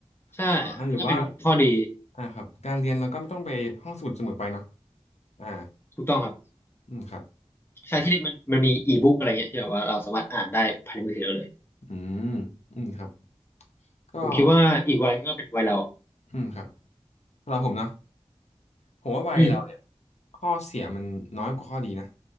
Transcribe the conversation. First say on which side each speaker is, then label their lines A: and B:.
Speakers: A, on the left; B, on the left.
A: ใช่อันนี้ก็เป็นข้อดี
B: ออหรือว่าอ่าครับการเรียนเราก็ไม่ต้องไปห้องสมุดเสมอไปเนาะอ่า
A: ถูกต้องครับ
B: อืมครับ
A: ใช้ที่นี่มันมันมีอีบุ๊กอะไรเงี้ยที่แบบว่าเราสามารถอ่านได้ภายในมือถือเราเลย
B: อืมอืมครับก็
A: ผมคิดว่าอีกวัยก็เป็นวัยเรา
B: อืมครับสำหรับผมเนาะผมว่าวัยเราเนี่ย
A: อืม
B: ข้อเสียมันน้อยกว่าข้อดีนะ